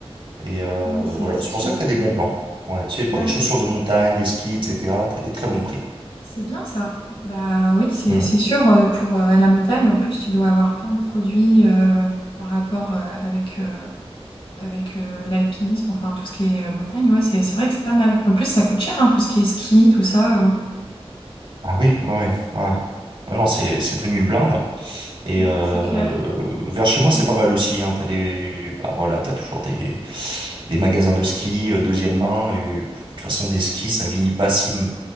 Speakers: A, on the right (about 50°); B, on the left (about 60°).
A: et euh,
B: oui, c'est
A: voilà,
B: c'est
A: c'est
B: sûr.
A: pour ça que t'as des bons plans. Ouais, tu sais, pour
B: Bah,
A: des chaussures
B: c'est
A: de montagne, des skis, etc., t'as des très bons prix.
B: c'est bien ça. Bah oui, c'est
A: Mm.
B: c'est sûr. euh, pour euh, à la montagne, en plus, tu dois avoir plein de produits euh, en rapport euh, avec, euh, avec euh, l'alpinisme, enfin tout ce qui est euh, montagne. Ouais, c'est c'est vrai que c'est pas mal. En plus, ça coûte cher, hein, tout ce qui est ski, tout ça. euh.
A: Ah oui, ouais, ouais, ouais. Ah non, c'est c'est devenu une blinde. Et
B: Mm,
A: euh,
B: C'est clair.
A: vers chez moi, c'est
B: Et
A: pas mal aussi. Hein. T'as des, bah voilà, t'as toujours des des magasins de ski euh, deuxième main. Et pff, de toute façon, des skis, ça vieillit pas si m-